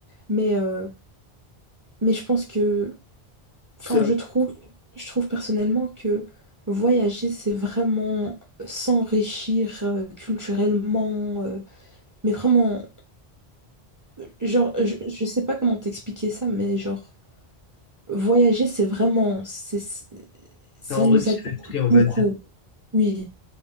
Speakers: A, on the right; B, on the left.
A: Mais, euh, mais je pense que, enfin,
B: Ça,
A: je trouve, je trouve personnellement que voyager, c'est vraiment s'enrichir euh, culturellement, euh, mais vraiment, euh, genre, je, je sais pas comment t'expliquer ça, mais genre, voyager, c'est vraiment, c'est, ça
B: ça enrichit
A: nous apporte
B: l'esprit, on
A: beaucoup.
B: va
A: Oui,